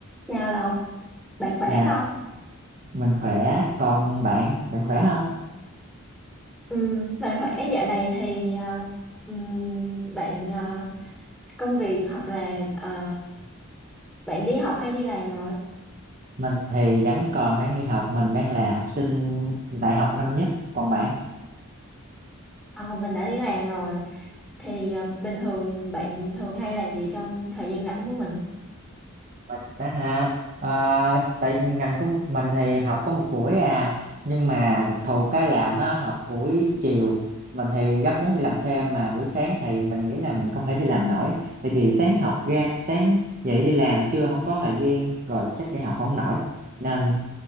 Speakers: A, in the centre; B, on the right.
A: Chào Lộc, bạn khỏe
B: Dạ,
A: không?
B: mình khỏe, còn bạn, bạn khỏe không?
A: Ừ, bạn khỏe dạo này thì ờ, ừm, bạn ờ, công việc hoặc là ờ, bạn đi học hay đi làm rồi?
B: Mình thì vẫn còn đang đi học, mình đang là học sinh đại học năm nhất, còn bạn?
A: Ờ, mình đã đi làm rồi. Thì ờ, bình thường bạn thường hay làm gì trong thời gian rảnh của mình?
B: Mình đã ha, à, tại ngành của mình thì học có một buổi à, nhưng mà đặc thù cái là nó học buổi chiều, mình thì rất muốn đi làm thêm mà buổi sáng thì mình nghĩ là mình không thể đi làm nổi, tại vì sáng học ra, sáng dậy đi làm chưa không có thời gian, rồi chắc đi học không nổi, nên